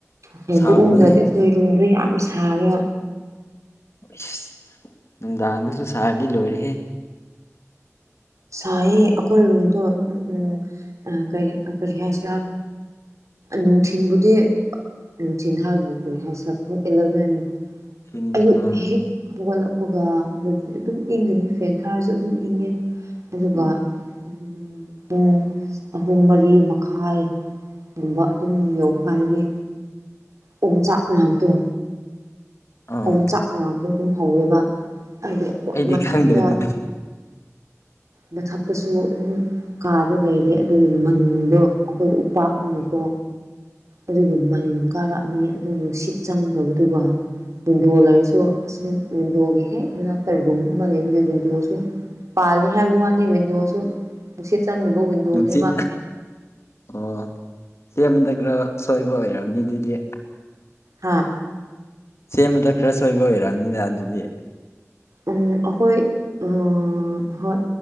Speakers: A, on the right (about 70°); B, on the left (about 55°).
A: ꯐꯦꯟꯗꯣ
B: ꯁꯥꯕ꯭ꯔꯅꯦ
A: ꯎꯪꯗ꯭ꯔꯗꯤ ꯗꯣ ꯌꯥꯝ ꯁꯥꯔꯦꯕ
B: ꯏꯁ ꯅꯨꯡꯗꯥꯡꯗꯁꯨ ꯁꯥꯔꯗꯤ ꯂꯣꯏꯔꯦꯍꯦ
A: ꯁꯥꯏꯌꯦ ꯑꯩꯈꯣꯏ ꯔꯨꯝꯗꯣ ꯎꯝ ꯑꯥ ꯀꯔꯤ ꯍꯥꯏꯁꯤꯔꯥ ꯅꯨꯡꯊꯤꯟꯕꯨꯗꯤ ꯅꯨꯡꯊꯤꯟ ꯍꯥꯏꯕ ꯀꯔꯤ ꯍꯥꯏꯁꯤꯔꯥ ꯎꯝ
B: ꯐꯦꯟ
A: ꯑꯌꯨꯛ
B: ꯑꯥ
A: ꯍꯦꯛ ꯍꯧꯒꯠꯂꯛ ꯍꯥꯄꯒ ꯑꯗꯨꯗꯤ ꯑꯗꯨꯝ ꯏꯪꯒꯅꯤ ꯐꯦꯟ ꯊꯥꯔꯁꯨ ꯑꯗꯨꯝ ꯏꯪꯉꯦ ꯑꯗꯨꯒ ꯎꯝꯝ ꯄꯨꯡ ꯑꯍꯨꯝ ꯃꯔꯤ ꯃꯈꯥꯏꯒꯨꯝꯕ ꯑꯗꯨꯝ ꯌꯧꯕꯀꯥꯟꯗꯗꯤ ꯑꯣꯝ ꯆꯥꯛ ꯅꯕꯗꯣ
B: ꯑꯥ
A: ꯑꯃꯨꯛ ꯆꯥꯛ ꯅꯕꯗꯣ ꯑꯗꯨꯝ ꯍꯧꯋꯦꯕ ꯍꯥꯏꯗꯤ ꯑꯈꯣꯏ
B: ꯑꯩꯗꯤ
A: ꯃꯊꯛꯇ
B: ꯈꯪꯗꯦ ꯑꯗꯨꯗꯤ
A: ꯃꯊꯛꯇꯁꯨ ꯑꯗꯨꯝ ꯀꯥꯗ ꯂꯩꯔꯦ
B: ꯎꯝ
A: ꯑꯗꯨꯒꯤ ꯃꯟꯗꯣ ꯑꯩꯈꯣꯏꯗ ꯎꯞ ꯇꯥꯛꯃꯤꯅꯨꯀꯣ
B: ꯑꯣ
A: ꯑꯗꯨꯒꯤ ꯃꯅꯤꯡ ꯀꯥꯔꯛꯑꯅꯤ ꯑꯗꯨ ꯅꯨꯡꯁꯤꯠ ꯆꯪꯗꯕꯗꯨꯒ ꯋꯤꯟꯗꯣ ꯂꯩꯔꯁꯨ
B: ꯎꯝ
A: ꯑꯁꯤ ꯋꯤꯟꯗꯣꯒꯤ ꯍꯦꯛ ꯃꯅꯥꯛꯇ ꯌꯨꯝ ꯑꯃ ꯂꯩꯕꯗꯣ ꯋꯤꯟꯗꯣꯁꯨ ꯄꯥꯜ ꯑꯩ ꯍꯥꯏꯕ ꯋꯥꯅꯤ ꯋꯤꯟꯗꯣꯁꯨ ꯅꯨꯡꯁꯤꯠ ꯆꯪꯗꯕ ꯋꯤꯟꯗꯣꯅꯦꯕ
B: ꯅꯨꯡꯁꯤꯠ ꯑꯣ ꯁꯦꯝꯕꯗ ꯈꯔ ꯁꯣꯏꯕ ꯑꯣꯏꯔꯝꯅꯤ ꯑꯗꯨꯗꯤ
A: ꯍꯥꯥ
B: ꯁꯦꯝꯕꯗ ꯈꯔ ꯁꯣꯏꯕ ꯑꯣꯏꯔꯝꯅꯤꯅ ꯑꯗꯨꯗꯤ
A: ꯎꯝ ꯑꯩꯈꯣꯏ ꯎꯝ ꯍꯣꯏ